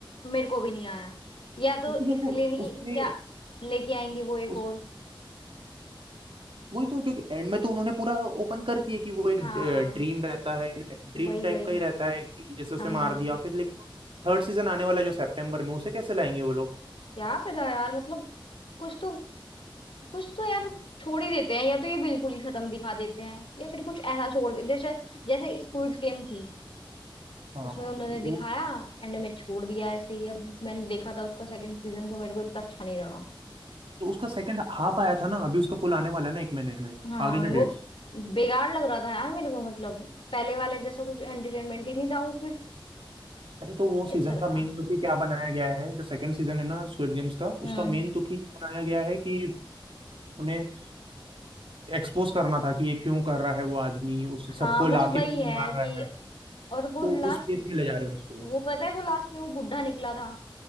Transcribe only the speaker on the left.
मेरे को भी नहीं आया या तो
इसलिए नहीं
क्या लेके आएंगे वो एक
और
हाँ
वही
वही
हम
क्या पता यार मतलब कुछ तो कुछ तो यार छोड़ ही देते हैं या तो ये बिल्कुल ही खत्म दिखा देते हैं या फिर कुछ ऐसा छोड़ देते जैसे जैसे स्क्विड गेम थी
उसमें उन्होंने
दिखाया एंड में छोड़ दिया ऐसे ही अब मैंने देखा था उसका सेकंड सीजन तो मेरे को इतना अच्छा नहीं लगा
हाँ
वो
बेकार लग रहा था यार मेरे को मतलब पहले वाले जैसा कुछ एंटरटेनमेंट ही नहीं था उसमें
मुझे
नहीं
अच्छा लगा
हम्म
हाँ
बस वही
है
कि
और वो
लास्ट
वो पता है वो लास्ट में वो बुढ़ा निकला था